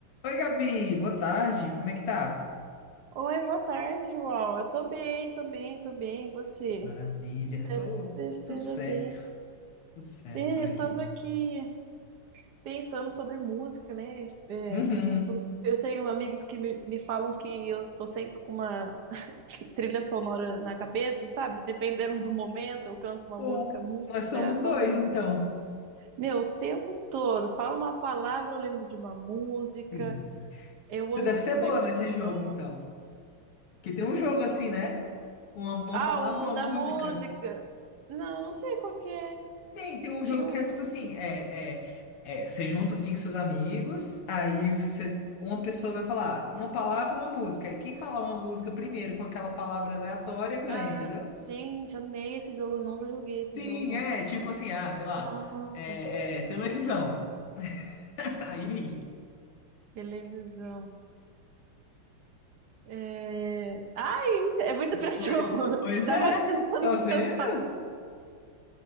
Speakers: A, on the left; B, on the right.
A: Oi, Gabi, boa tarde, como é que tá?
B: Oi, boa tarde, João. Eu tô bem, tô bem, tô bem. E você?
A: Maravilha,
B: Espero
A: tô
B: que você esteja
A: tudo certo,
B: bem.
A: tudo certo
B: É,
A: por
B: Eu
A: aqui.
B: tava aqui pensando sobre música, né? É,
A: Uhum.
B: inclusive, eu tenho amigos que me, me falam que eu tô sempre com uma trilha sonora na cabeça, sabe? Dependendo do momento, eu canto uma
A: Pô,
B: música muito
A: nós somos
B: aleatória.
A: dois, então.
B: Meu, o tempo todo, falo uma palavra, eu lembro de uma música.
A: Sim.
B: Eu
A: Você
B: amo
A: deve
B: descobrir
A: ser boa
B: coisas
A: nesse jogo,
B: novas.
A: então. Porque tem um jogo assim, né? Uma, uma
B: Ah,
A: palavra,
B: o
A: uma
B: da
A: música.
B: música! Não, não sei qual que é.
A: Tem, tem um
B: Tinha
A: jogo
B: um.
A: que é tipo assim, é, é, é, você junta assim com seus amigos, aí você, uma pessoa vai falar uma palavra, uma música. Aí quem falar uma música primeiro com aquela palavra aleatória ganha,
B: Ah,
A: entendeu?
B: gente, amei esse jogo. Eu nunca joguei esse
A: Sim,
B: jogo.
A: é, tipo assim, ah, sei lá,
B: Nossa,
A: é, é, televisão. <laughs> Aí,
B: televisão. É... Ai, é muita pressão.
A: foi, pois
B: <laughs> Tava
A: é,
B: tentando
A: tá vendo?
B: pensar numa.